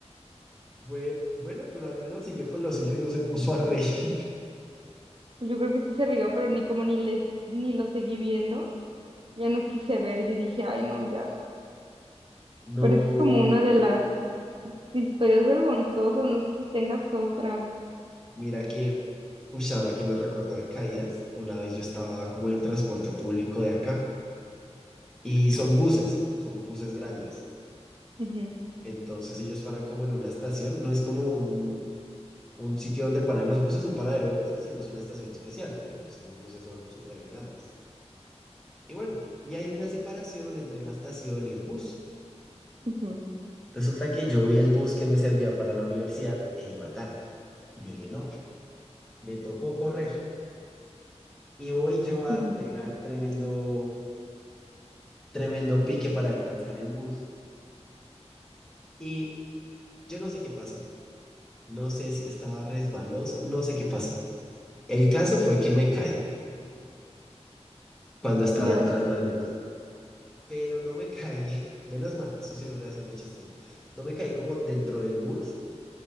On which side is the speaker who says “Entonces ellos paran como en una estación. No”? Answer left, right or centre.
Centre